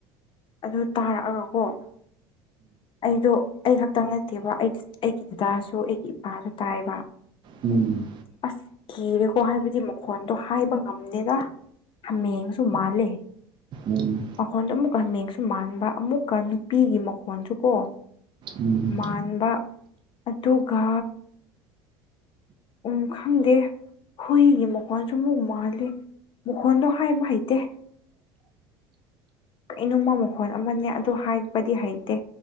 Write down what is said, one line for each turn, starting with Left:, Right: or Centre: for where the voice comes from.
Left: ꯑꯗꯨ ꯇꯥꯔꯛꯑꯒꯀꯣ ꯑꯩꯗꯣ ꯑꯩ ꯈꯛꯇꯪ ꯅꯠꯇꯦꯕ ꯑꯩ ꯑꯩꯒꯤ ꯗꯥꯁꯨ ꯑꯩꯒꯤ ꯏꯄꯥꯁꯨ ꯇꯥꯏꯕ
Right: ꯎꯝ
Left: ꯑꯁ ꯀꯤꯔꯦꯀꯣ ꯍꯥꯏꯕꯗꯤ ꯃꯈꯣꯟꯗꯣ ꯍꯥꯏꯕ ꯉꯝꯅꯦꯗ ꯃꯦꯁꯨ ꯃꯥꯂꯦ
Right: ꯎꯝ
Left: ꯃꯈꯣꯟꯗꯣ ꯑꯃꯨꯛꯀ ꯍꯥꯃꯦꯡꯁꯨ ꯃꯥꯟꯕ ꯑꯃꯨꯛꯀ ꯅꯨꯄꯤꯒꯤ ꯃꯈꯣꯟꯜꯁꯨ ꯀꯣ
Right: ꯎꯝ
Left: ꯃꯥꯟꯕ ꯑꯗꯨꯒ ꯎꯝ ꯈꯪꯗꯦ ꯍꯨꯏꯒꯤ ꯃꯈꯣꯟꯁꯨ ꯑꯃꯨꯛ ꯃꯥꯜꯂꯤ ꯃꯈꯣꯟꯗꯣ ꯍꯥꯏꯕ ꯍꯩꯇꯦ ꯀꯩꯅꯣꯃ ꯃꯈꯣꯟꯜ ꯑꯃꯅꯦ ꯑꯗ ꯍꯥꯏꯕꯗꯤ ꯍꯩꯇꯦ